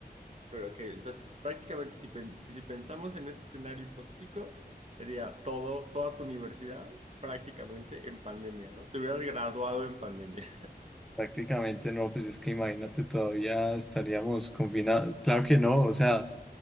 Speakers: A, on the right (about 40°); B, in the centre.
A: Pero ok, entonces prácticamente si, pen- si pensamos en este escenario hipotético, sería todo, toda tu universidad prácticamente en pandemia, ¿no? Te hubieras graduado en pandemia.
B: Prácticamente no, pues es que imagínate, todavía estaríamos confinados. Claro que no, o sea,